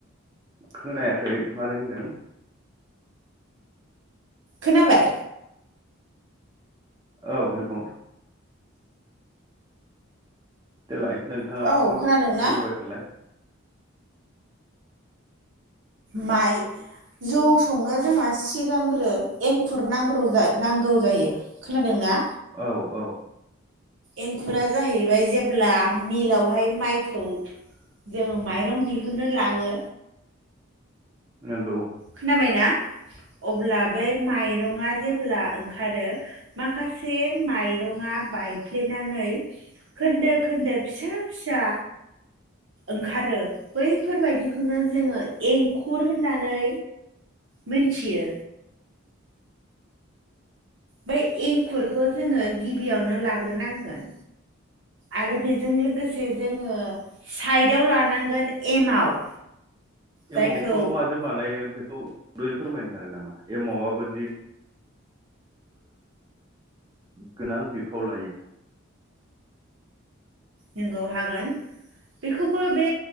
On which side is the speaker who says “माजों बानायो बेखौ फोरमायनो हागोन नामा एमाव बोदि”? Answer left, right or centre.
Right